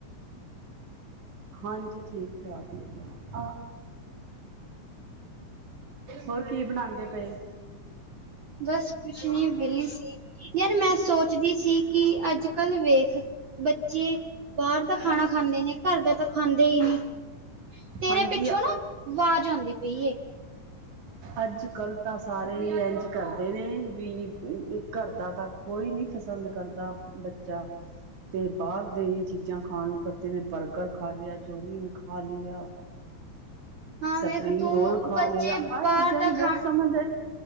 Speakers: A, on the right; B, on the right.
A: ਹਾਂਜੀ ਠੀਕ ਠਾਕ ਨੇ ਆ ਹੋਰ ਕੀ ਬਣਾਦੇ ਪਏ?
B: ਬਸ ਕੁਛ ਨੀ, ਮਿਲੀ ਸੀ ਯਾਰ ਮੈਂ ਸੋਚਦੀ ਸੀ ਕਿ, ਅੱਜ ਕੱਲ੍ਹ ਵੇਖ ਬੱਚੇ ਬਾਹਰ ਦਾ ਖਾਣਾ ਖਾਂਦੇ ਨੇ ਘਰ ਦਾ ਤਾਂ ਖਾਂਦੇ ਈ ਨੀ ਤੇਰੇ
A: ਹਾਂਜੀ
B: ਪਿੱਛੋਂ ਨਾ ਵਾਜ਼ ਆਂਦੀ ਪਈ ਏ
A: ਅੱਜ-ਕੱਲ੍ਹ ਤਾਂ ਸਾਰੇ ਹੀ ਏੰਝ ਕਰਦੇ ਨੇ ਵੀ ਘਰਦਾ ਤਾ ਕੋਈ ਨੀ ਪਸਦ ਕਰਦਾ, ਬੱਚਾ ਤੇ ਬਾਹਰ ਦੇ ਈ ਚੀਜ਼ਾਂ ਖਾਣ ਨੂੰ ਕਰਦੇ ਨੇ ਬਰਗਰ ਖਾ ਲਿਆ ਚੌਮੀਨ ਖਾ ਲਿਆ।
B: ਹਾਂ
A: ਸਪਰੀਗ
B: ਵੇਖ ਤੂੰ
A: ਰੋਲ ਖਾ
B: ਬੱਚੇ
A: ਲਿਆ। ਆਹ
B: ਬਾਹਰ
A: ਚੀਜ਼ਾਂ
B: ਦਾ
A: ਈ ਬਹੁਤ
B: ਖਾਣ
A: ਸਮਝ ਹੈ